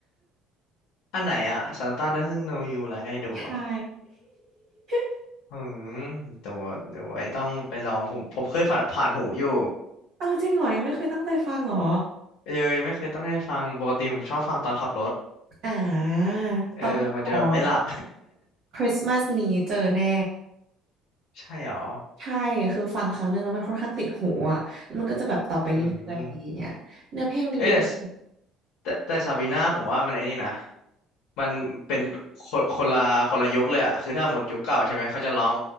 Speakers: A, on the left; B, on the right.
A: อันไหนอะ Santa doesn't know you like I do
B: ใช่
A: เหรอ
B: <laughs>
A: อืมเดี๋ยวเดี๋ยวไว้ต้องไปลองผมผมเคยผ่านผ่านหูอยู่
B: เอาจริงเหรอยังไม่เคยตั้งใจฟังเหรอ
A: เออยังไม่เคยต้องได้ฟังปกติผมชอบฟังตอนขับรถ
B: อ่า
A: เออมันจะแบบไม่หลับ
B: ต้องลอง Christmas นี้เจอแน่
A: <laughs> ใช่เหรอ
B: ใช่คือฟังครั้งหนึ่งแล้วมันค่อนข้างติดหูอ่ะแล้วมันก็จะแบบต่อไปเรื่อยๆอย่างเงี้ยเนื้อเพลงดีด้วย
A: อืมเอ้ยแต่ แต่แต่ซาบีนาผมว่ามันไอ้นี่นะมันเป็นคนคนละคนละยุคเลยอะคือถ้าหมดยุคเก่าใช่ไหมเขาจะร้อง